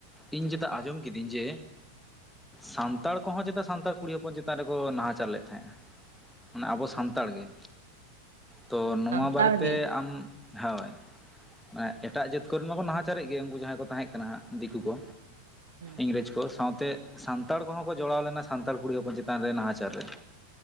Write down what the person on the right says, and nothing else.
ᱥᱟᱱᱛᱟᱲ
ᱜᱮ
ᱦᱩᱸ